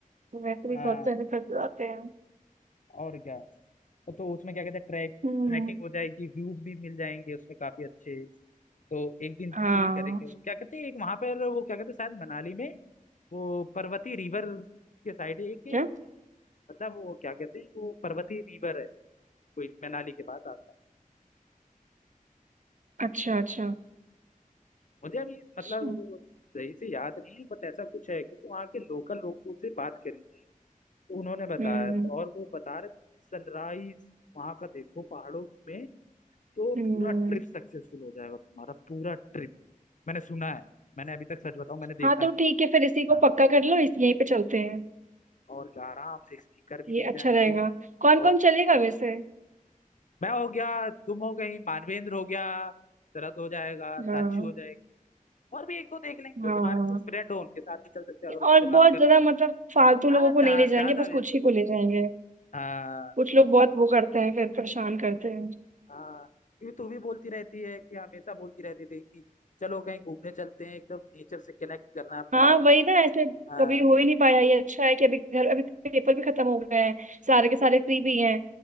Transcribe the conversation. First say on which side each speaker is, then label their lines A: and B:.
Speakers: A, on the right; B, on the left.
A: वैसे भी
B: हाँ
A: बहुत पैसे खर्च हो जाते हैं
B: और क्या तो उसमें क्या कहते हैं ट्रैक
A: हम्म
B: ट्रैकिंग हो जाएगी व्यूज भी मिल जाएंगे उसमें काफी अच्छे तो एक दिन
A: हाँ
B: चिल करेंगे वो क्या कहते हैं एक वहां पर वो क्या कहते हैं शायद मनाली में वो पर्वती रिवर के साइड है एक
A: क्या
B: मतलब वो क्या कहते हैं वो पर्वती रिवर है कोई मनाली के पास आता
A: अच्छा अच्छा
B: मुझे अभी मतलब
A: अच्छा
B: सही से याद नहीं है बट ऐसा कुछ है क्योंकि वहाँ के लोकल लोगों से बात करी थी तो उन्होंने बताया
A: हम्म
B: तो और वो बता रहे थे सनराइज वहाँ का देखो पहाड़ों में तो
A: हम्म
B: पूरा ट्रिप सक्सेसफुल हो जाएगा तुम्हारा पूरा ट्रिप मैंने सुना है मैंने अभी तक सच बताऊं मैंने देखा
A: हाँ तो
B: नहीं
A: ठीक है फिर इसी को
B: हाँ
A: पक्का कर लो इस यहीं पे चलते हैं
B: और क्या आराम से स्पीकर भी
A: ये
B: दे
A: अच्छा
B: जाएंगे
A: रहेगा कौन
B: और
A: कौन चलेगा वैसे
B: मैं हो गया तुम हो गई मानवेंद्र हो गया शरद हो जाएगा साक्षी
A: हाँ
B: हो जाएगी और भी एक दो देख लेंगे जो
A: हाँ
B: तुम्हारे
A: हाँ
B: कुछ फ्रेंड हो उनके साथ भी चल सकते हैं अगर उनसे
A: और
B: बात
A: बहुत
B: कर
A: ज्यादा
B: लो
A: मतलब फालतू लोगों
B: हाँ
A: को
B: जहाँ
A: नहीं ले जाएंगे
B: ज्यादा
A: बस
B: भी
A: कुछ ही को ले जाएंगे
B: हाँ
A: कुछ लोग बहुत वो करते हैं फिर परेशान करते हैं
B: हाँ क्योंकि तू भी बोलती रहती है कि हमेशा बोलती रहती थी कि चलो कहीं घूमने चलते हैं एकदम नेचर से कनेक्ट करना है अपने
A: हाँ
B: आप
A: वही
B: को
A: ना ऐसे
B: हाँ
A: कभी हो ही नहीं पाया ये अच्छा है कि अभी घर अभी पेपर भी खत्म हो गए हैं सारे के सारे फ्री भी हैं